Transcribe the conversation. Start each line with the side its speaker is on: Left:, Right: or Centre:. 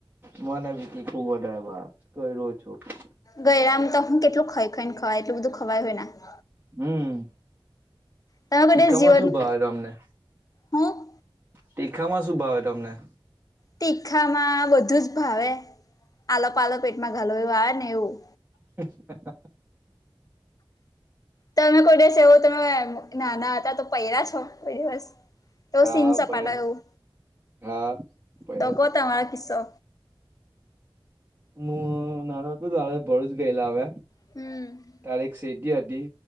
Right: મને તીખુ ખુબ વધારે ભા <unintelligible>
Left: ગયરામ તો હું કેટલું ખાઈ ખાઈ ને ખવાય એટલું બધું ખવાય હોય ના
Right: હમ
Left: તમે
Right: તીખામાં
Left: કદાચ જીવન
Right: શું ભાવે તમને?
Left: હું
Right: તીખામાં શું ભાવે તમને?
Left: તીખામાં બધું જ ભાવે આલો પાલ પેટમાં ઘાલ એવું આવે ને એવું
Right: <inaudible>
Left: તમે કોઈ દિવસે એવો તમે ના ના હતા તો પયરા છો કોઈ દિવસ તો
Right: હા
Left: સીન સપાટ
Right: પ
Left: એવું
Right: હા પલા
Left: તો કો તમાર કિસ્સો
Right: હું નાના હતું તયારે ભરૂચ જ ગયેલા હવે
Left: હમમ.
Right: તારે એક સીટી હતી